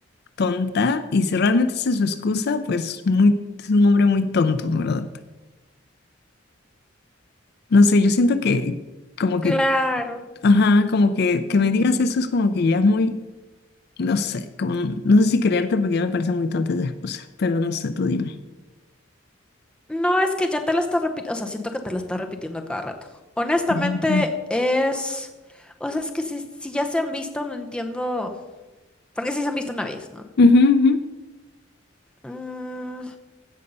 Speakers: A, on the left; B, in the centre.
A: tonta y si realmente esa es su excusa, pues muy, es un hombre muy tonto, en ¿verdad? No sé, yo siento que como
B: Claro.
A: que Ajá, como que,
B: Mm.
A: que me digas eso es como que ya es muy, no sé, como, no sé si creerte porque ya me parecen muy tontas esas cosas, pero no sé, tú dime.
B: No, es que ya te la estás repitiendo, o sea, siento que te la estás repitiendo a cada rato. Honestamente,
A: Ujú,
B: es... O sea, es que si, si ya se han visto, no entiendo... Porque si se han visto una vez, ¿no?
A: ujú,
B: Mm,